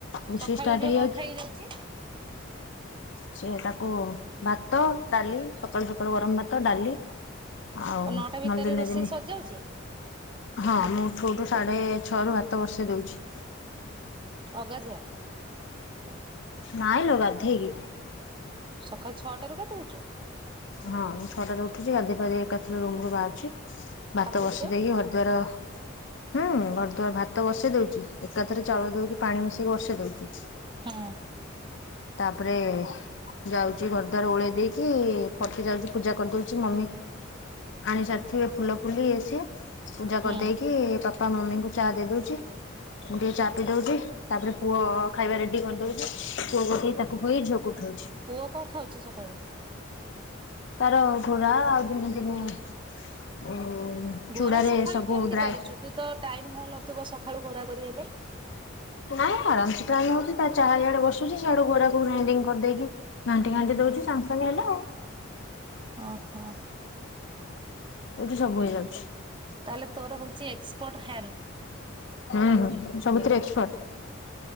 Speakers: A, on the left; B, on the right.
A: ରୋଷେଇ
B: ସକାଳୁ
A: ଷ୍ଟାର୍ଟ
B: ଝିଅ
A: ହେଇଯାଉଛି
B: କଣ ଖାଇକି ଯାଉଛି?
A: ସେ ତାକୁ ଭାତ, ଡାଲି ସକାଳୁ ସକାଳୁ ଗରମ ଭାତ ଡାଲି। ଆଉ
B: କଣ ନଅଟା ଭିତରେ
A: ନହେଲେ ଦିନେ
B: ରୋଷେଇ
A: ଦିନେ
B: ସରଯାଉଚି?
A: ହଁ ମୁଁ ଉଠୁ ଉଠୁ ସାଢେ ଛଅ ରୁ ଭାତ ବସେଇ ଦଉଛି।
B: ଅଗାଧୁଆ?
A: ନାଇଁ ଲୋ ଗାଧେଇ କି।
B: ସକାଳ ଛଅଟାରୁ ଗାଧଉଛୁ।
A: ହଁ ମୁଁ ଛଅଟା ରୁ ଉଠୁଚି, ଗାଧେଇ ପାଧେଇ ଏକାଥରେ ରୁମ୍ ରୁ ବାହାରୁଛି। ଭାତ
B: ଠାକୁର
A: ବସେଇ
B: ପୂଜା
A: ଦେଇକି ଘରଦ୍ୱାର ହୁଁ ଘର ଦୁଆର ଭାତ ବସେଇ ଦଉଚି, ଏକାଥରେ ଚାଉଳ ଦଉଚି ପାଣି ମିଶେଇକି ବସେଇ ଦଉଚୁ।
B: ହଁ।
A: ତାପରେ ଯାଉଚି ଘର ଦ୍ୱାର ଓଳେଇ ଦେଇକି ଫଟି ଯାଉଚି ପୂଜା କରିଦଉଚି, ମମି ଆଣି ସାରିଥିବେ ଫୁଲ ଫୁଲି ଇଏ ସିଏ। ପୂଜା
B: ହୁଁ
A: କରିଦେଇକି ପା ବାପା ମମିଙ୍କୁ ଚା ଦେଇ ଦଉଚି, ମୁଁ ଟିକେ ଚା ପିଇ ଦଉଚି, ତାପରେ ପୁଅ ଖାଇବା ରେଡି କରିଦଉଚି, ପୁଅକୁ ଉଠେଇ ତାକୁ ଖୋଇ ଝିଅକୁ ଉଠଉ
B: ପୁଅ କଣ ଖାଉଛି ସକାଳୁ?
A: ତାର ଘୋରା ଆଉ ଦିନେ ଦିନେ ଉଁ,
B: ଘୋରା
A: ଚୂଡାରେ
B: ସକାଳୁ
A: ସବୁ
B: କେମତି
A: ଡ୍ରାଏ
B: କରୁଛୁ ତୁ ତ ଟାଇମ ହଉନଥିବ ସକାଳୁ ଘୋରା କରିବା <inaudible>
A: ନାଇଁ ଆରାମ ସେ ଟାଇମ ହଉଛି ଚା ଇଆଡେ ବସୁଛି। ସିଇଆଡୁ ଗଡକୁ ଗ୍ରାଇଣ୍ଡିଙ୍ଗ କରିଦେଇକି ଘାଣ୍ଟି ଘାଣ୍ଟି ଦଉଛି ସାଙ୍ଗେ ସାଙ୍ଗେ ହେଲେ ଆଉ।
B: ଓହୋ।
A: ଏଇଠି ସବୁ ହେଇଯାଉଛି।
B: ତାହେଲେ ତୋର ହଉଛି ଏକ୍ସପର୍ଟ ହ୍ୟାନ୍।
A: ହୁଁ ହୁଁ ସବୁଥିରେ ଏକ୍ସପର୍ଟ।